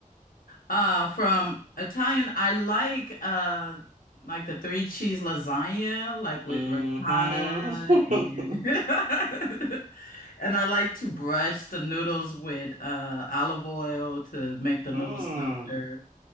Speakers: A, on the left (about 90°); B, on the right (about 60°).
A: Uh, from Italian, I like uh like the three cheese lasagna, like with
B: Mm-hmm.
A: ricotta and
B: <laughs>
A: <laughs> and I like to brush the noodles with uh olive oil to make the
B: Mm,
A: noodles softer.